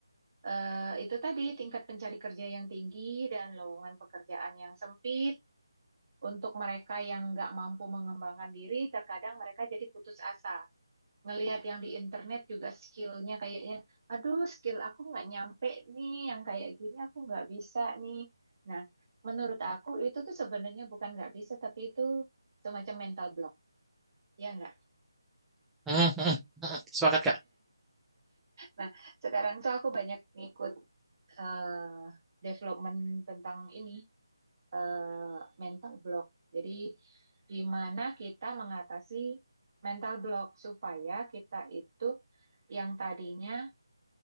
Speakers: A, on the right; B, in the centre.
A: eh, itu tadi tingkat pencari kerja yang tinggi dan lowongan pekerjaan yang sempit. Untuk mereka yang nggak mampu mengembangkan diri, terkadang mereka jadi putus asa. ngelihat yang di internet juga skillnya kayaknya aduh skill aku nggak nyampe nih yang kayak gini aku nggak bisa nih nah menurut aku itu tuh sebenarnya bukan nggak bisa tapi itu semacam mental block ya nggak
B: Mm, mm, mm, mm. Sepakat Kak.
A: nah sekarang tuh aku banyak ngikut eh, development tentang ini eh, mental block jadi gimana kita mengatasi mental block supaya kita itu yang tadinya